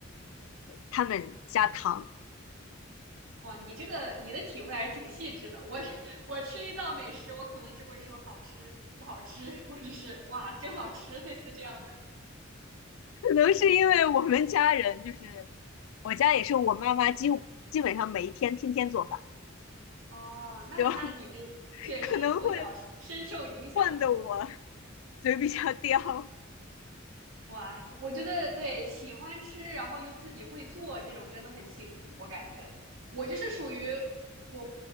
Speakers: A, on the left (about 85°); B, on the right (about 85°).
A: 他们加糖。
B: 哇，你这个你的体会还是挺细致的。我我吃一道美食，我可能只会说好吃、不好吃，或者是哇，真好吃，类似这样的。
A: 可能是因为我们家人就是我家也是我妈妈几乎基本上每一天天天做饭，
B: 哦，那那你这确实从小是深受影响，
A: 就 <laughs> 可能会换得我
B: 可能。
A: 嘴比较刁。
B: 哇，我觉得对，喜欢吃，然后又自己会做，这种真的很幸福，我感觉。我就是属于我，